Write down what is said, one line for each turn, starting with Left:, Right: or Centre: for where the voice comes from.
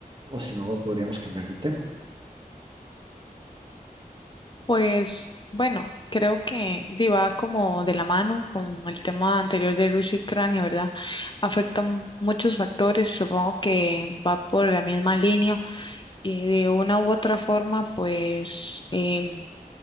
Right: o si no, podríamos cambiar de tema.
Left: Pues bueno, creo que di, va como de la mano con el tema anterior de Rusia y Ucrania, ¿verdad? Afectan muchos factores, supongo que va por la misma línea y de una u otra forma, pues em,